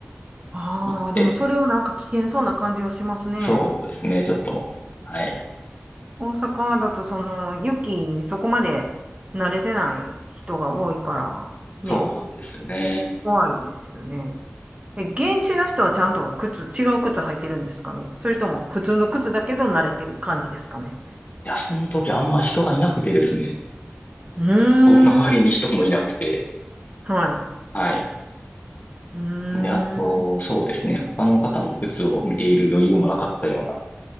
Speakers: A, on the right (about 30°); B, on the left (about 40°).
A: ああ、
B: 行って、
A: でもそれはなんか危険そうな感じはしますね。
B: そうですね。ちょっと、はい。
A: 大阪だとその雪にそこまで慣れてない人が多いから、
B: そうなんですよね。
A: ね、怖いですよね。え、現地の人はちゃんと靴、違う靴履いてるんですかねそれとも普通の靴だけど慣れてる感じですかね
B: いや、その時あんま人がいなくてですね。
A: うーん。
B: こう周りに人もいなくて、
A: はい。
B: はい。
A: うーん。
B: で、あと、そうですね。他の方の靴を見ている余裕もなかったような